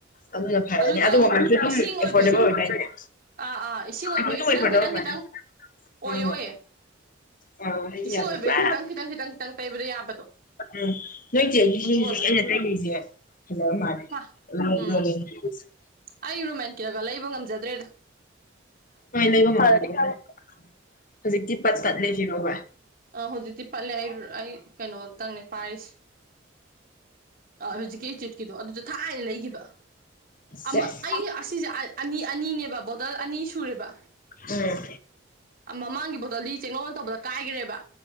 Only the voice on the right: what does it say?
ꯑꯗꯨꯇꯪ
ꯏꯁꯤꯡ
ꯑꯣꯏꯕꯒꯤ
ꯑꯥ ꯑꯥ ꯏꯁꯤꯡ ꯑꯣꯏꯕꯒꯤ
ꯈꯤꯇꯪ
ꯈꯤꯇꯪ ꯈꯤꯇꯪ
ꯑꯣꯏ
ꯑꯣꯏꯌꯦ
ꯏꯁꯤꯡ
ꯑꯣꯏꯕꯒꯤ
ꯈꯤꯇꯪ ꯈꯤꯇꯪ ꯈꯤꯇꯪ ꯈꯤꯇꯪ ꯇꯩꯕꯗꯥ ꯌꯥꯕꯗꯣ
ꯑꯗꯨ
ꯑꯣꯏꯕ
ꯍꯥ
ꯎꯝ ꯑꯩ ꯔꯣꯃꯦꯟꯀꯦꯜꯒꯥ ꯂꯩꯕ ꯉꯝꯖꯗ꯭ꯔꯦꯗꯥ
ꯑꯥ ꯍꯧꯖꯤꯛꯇꯤ ꯄꯠꯂꯦ ꯑꯩ ꯑꯩ ꯀꯩꯅꯣꯝꯇꯪꯅꯦ ꯄꯥꯏꯔꯤꯁꯦ ꯑꯥ ꯍꯧꯖꯤꯛꯀꯤ ꯏꯆꯤꯠꯀꯤꯗꯣ ꯑꯗꯨꯁꯨ ꯊꯥꯏꯅ ꯂꯩꯒꯤꯕ
ꯑꯃ ꯑꯩ ꯑꯁꯤꯖꯦ ꯑꯅꯤ ꯑꯅꯤꯅꯦꯕ ꯕꯣꯇꯜ ꯑꯅꯤ ꯁꯨꯔꯦꯕ
ꯃꯃꯥꯡꯒꯤ ꯕꯣꯠꯇꯜꯂꯤ ꯆꯦꯡꯉꯧꯅ ꯇꯧꯕꯗꯥ ꯀꯥꯏꯒ꯭ꯔꯦꯕ